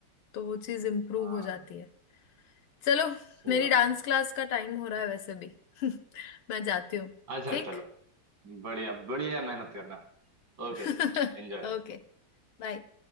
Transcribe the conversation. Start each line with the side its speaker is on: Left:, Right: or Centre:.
Left: तो वो चीज इम्प्रूव
Right: हाँ,
Left: हो जाती है चलो
Right: सही
Left: मेरी
Right: बात
Left: डांस
Right: है
Left: क्लास का टाइम हो रहा है वैसे भी <laughs> मैं जाती हूँ
Right: अच्छा
Left: ठीक
Right: चलो बढ़िया बढ़िया मेहनत करना
Left: <laughs>
Right: ओके एंजॉय
Left: ओके बाय